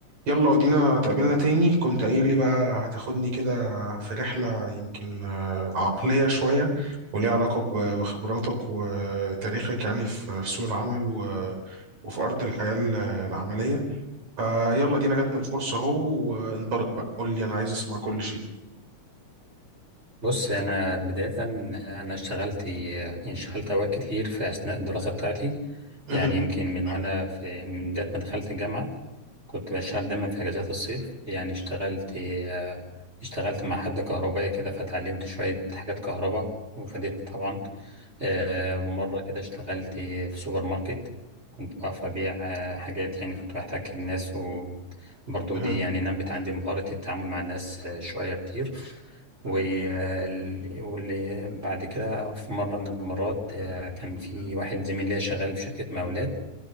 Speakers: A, on the right (about 70°); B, on the right (about 20°).
A: يلا ودينا تقابلنا تاني كنت قايل لي بقى هتاخدني كده في رحلة يمكن آه، عقلية شوية وليها علاقة ب- بخبراتك وتاريخك يعني في في سوق العمل و- وفي أرض الحياة ال- العملية فيلا دينا جاتنا الفرصة أهو وانطلق بقى قول لي أنا عايز أسمع كل شيء
B: بص أنا بداية أنا اشتغلت يعني اشتغلت أوقات كتير في أثناء الدراسة بتاعتي
A: مهم.
B: يعني يمكن من وأنا في من بداية ما دخلت الجامعة كنت بشتغل دايما في أجازات الصيف يعني اشتغلت آه، اشتغلت مع حد كهربائي كده فتعلمت شوية حاجات كهرباء وفادتني طبعا آه، مرة كده اشتغلت في سوبر ماركت كنت بعرف أبيع آه، حاجات يعني كنت بحتك بالناس وبرضو
A: مهم.
B: دي يعني نمت عندي مهارة التعامل مع الناس آه، شوية كتير وال- واللي بعد كده في مرة من المرات آه، كان في واحد زميل ليا شغال في شركة مقاولات